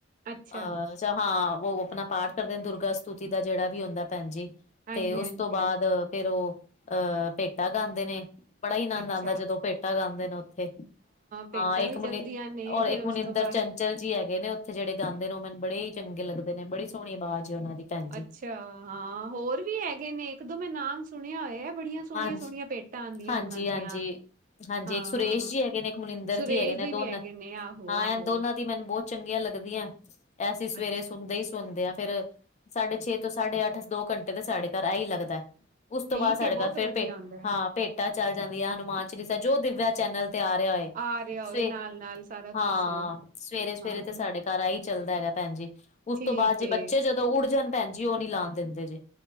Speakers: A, on the right; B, on the left.
A: ਅੱਛਾ
B: ਅ ਜਾਂ ਹਾਂ ਵੋ ਆਪਣਾ ਪਾਠ ਕਰਦੇ ਨੇ ਦੁਰਗਾ ਸਤੂਤੀ ਦਾ ਜੇੜਾ ਵੀ ਹੁੰਦੈ ਭੈਣ ਜੀ
A: ਹਾਂਜੀ-ਹਾਂਜੀ
B: ਤੇ ਉਸ ਤੋਂ ਬਾਦ ਫਿਰ ਓ ਅ ਭੇਟਾ ਗਾਂਦੇ ਨੇ ਬੜਾ ਈ ਆਨੰਦ
A: ਅੱਛਾ
B: ਆਂਦਾ ਜਦੋਂ ਭੇਟਾ ਗਾਂਦੇ ਨੇ ਓਥੇ।
A: ਭੇਟਾਂ
B: ਹਾਂ ਇੱਕ
A: ਵੀ ਚਲਦੀਆਂ
B: ਮਨੀ
A: ਨੇ
B: ਓਰ
A: ਫੇਰ
B: ਇੱਕ
A: ਉਸ
B: ਮਨਿੰਦਰ
A: ਤੋਂ ਬਾਅਦ
B: ਚੰ ਚਲ ਜੀ ਹੈਗੇ ਨੇ ਓਥੇ ਜੇੜੇ ਗਾਂਦੇ ਨੇ ਓ ਮੈਨੂੰ ਬੜੇ ਈ ਚੰਗੇ ਲੱਗਦੇ ਨੇ ਬੜੀ ਸੋਣੀ ਆਵਾਜ਼ ਓਨਾਂ ਦੀ ਭੈਣ ਜੀ
A: ਅੱਛਾ ਹਾਂ ਹੋਰ ਵੀ ਹੈਗੇ ਨੇ ਇੱਕ ਦੋ ਮੈਂ ਨਾਮ ਸੁਣਿਆ ਹੋਇਐ ਬੜੀਆਂ ਸੋਣੀਆਂ-ਸੋਣੀਆਂ
B: ਹਾਂਜੀ
A: ਪੇ ਟਾਂ ਆਂਦੀਆਂ
B: ਹਾਂਜੀ
A: ਓਨਾਂ ਦੀਆਂ
B: ਹਾਂਜੀ ਹਾਂਜੀ
A: ਹਾਂ
B: ਇੱਕ ਸੁਰੇਸ਼ ਜੀ ਹੈਗੇ ਨੇ ਇੱਕ ਮਨਿੰਦਰ
A: ਸੁਰੇਸ਼
B: ਜੀ ਹੈਗੇ ਨੇ ਦੋਨ
A: ਵੀ ਹੈਗੇ ਨੇ ਆਹੋ
B: ਹਾਂ
A: ਆਹੋ
B: ਐ ਦੋਨਾਂ ਦੀ ਮੈਨੂੰ ਬੋ ਚੰਗੀਆਂ ਲੱਗਦੀਆਂ ਅਸੀਂ ਸਵੇਰੇ
A: ਅੱਛਾ
B: ਸੁਣਦੇ ਈ ਸੁਣਦੇ ਆ ਫੇਰ ਸਾਡੇ ਛੇ ਤੋਂ ਸਾਢੇ ਅੱਠ ਦੋ ਘੰਟੇ ਤੇ ਸਾਡੇ ਘਰ ਆ ਈ ਲੱਗਦੈ ਉਸ ਤੋਂ
A: ਠੀਕ
B: ਬਾਦ ਸਾਡੇ
A: ਏ ਬਹੁਤ
B: ਘਰ ਫਿਰ
A: ਵਧੀਆ
B: ਭੇ
A: ਹੁੰਦਾ ਹੈ।
B: ਹਾਂ ਭੇਟਾ ਚੱਲ ਜਾਂਦੀਆਂ, ਹਨੂੰਮਾਨ ਚਾਲੀਸਾ ਜੋ ਦਿਵਿਆ ਚੈਨਲ ਤੇ ਆ ਰਿਆ ਹੋਏ।
A: ਆ ਰਿਹਾ
B: ਸਵੇ
A: ਹੋਵੇ ਨਾਲ ਨਾਲ ਸਾਰਾ
B: ਹਾਂ
A: ਕੁਛ
B: ਸਵੇਰੇ-ਸਵੇਰੇ
A: ਹਾਂ
B: ਤੇ ਸਾਡੇ ਘਰ ਆਈ ਚੱਲਦਾ ਹੈਗਾ ਭੈਣ ਜੀ। ਉਸ
A: ਠੀਕ
B: ਤੋਂ ਬਾਦ ਜੇ
A: ਏ
B: ਬੱਚੇ ਜਦੋਂ ਉੱਡ ਜਾਣ ਭੈਣ ਜੀ ਓ ਨੀ ਲਾਣ ਦਿੰਦੇ ਜੇ।